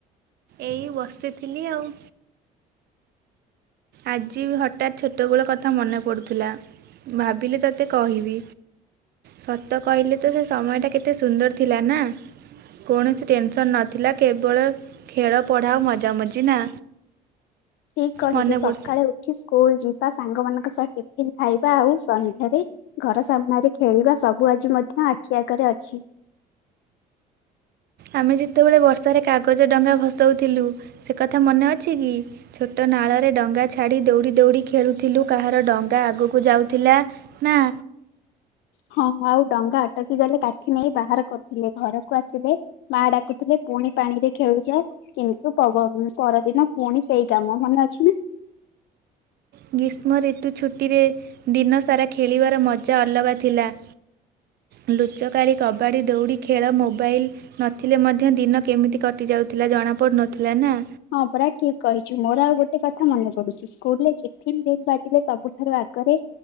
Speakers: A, on the right; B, on the left.
A: ଏଇ ବସିଥିଲି ଆଉ। ଆଜି ବି ହଠାତ୍ ଛୋଟବେଳ କଥା ମନେ ପଡ଼ୁଥିଲା। ଭାବିଲି ତୋତେ କହିବି। ସତ କହିଲେ ତ ସେ ସମୟ ଟା କେତେ ସୁନ୍ଦର ଥିଲା ନା। କୌଣସି ଟେନସନ ନ ଥିଲା କେବଳ ଖେଳ ପଢ଼ା ଓ ମଜାମଜି ନା।
B: ଠିକ କହିଲୁ
A: ମନେ
B: ସକାଳେ
A: ପଡ଼ୁ
B: ଉଠି ସ୍କୁଲ ଯିବା ସାଙ୍ଗମାନଙ୍କ ସହ ଟିଫନ୍ ଖାଇବା ଆଉ ସନ୍ଧ୍ୟାରେ ଘର ସାମ୍ନାରେ ଖେଳିବା ସବୁ ଆଜି ମଧ୍ୟ ଆଖି ଆଗରେ ଅଛି।
A: ଆମେ ଯେତେବେଳେ ବର୍ଷାରେ କାଗଜ ଡଙ୍ଗା ଭସାଉଥିଲୁ ସେ କଥା ମନେ ଅଛି କି? ଛୋଟ ନାଳରେ ଡଙ୍ଗା ଛାଡ଼ି ଦୌଡ଼ି ଦୌଡ଼ି ଖେଳୁଥିଲୁ କାହାର ଡଙ୍ଗା ଆଗକୁ ଯାଉଥିଲା ନା
B: ହଁ ଆଉ ଡଙ୍ଗା ଅଟକି ଗଲେ କାଠି ନେଇ ବାହାର କରିଥିଲେ ଘରକୁ ଆସିଲେ ମା ଡାକୁଥିଲେ ପୁଣି ପାଣି ରେ ଖେଳୁଛ କିନ୍ତୁ ପ ପରଦିନ ପୁଣି ସେଇ କାମ ମନେ ଅଛି ନା।
A: ଗ୍ରୀଷ୍ମ ଋତୁ ଛୁଟିରେ ଦିନସାରା ଖେଳିବାର ମଜା ଅଲଗା ଥିଲା। ଲୁଚକାରୀ କବାଡ଼ି ଦୌଡ଼ି ଖେଳ ମୋବାଇଲ୍ ନଥିଲେ ମଧ୍ୟ ଦିନ କେମିତି କଟ କଟି ଯାଉଥିଲା ଜଣା ପଡ଼ୁନଥିଲା ନା?
B: ହଁ ପୁରା ଠିକ କହିଛୁ ମୋର ଆଉ ଗୋଟେ କଥା ମନେ ପଡୁଛି। ସ୍କୁଲରେ ଟିଫିନ୍ ବେଲ୍ ବାଜିଲେ ସବୁଠାରୁ ଆଗରେ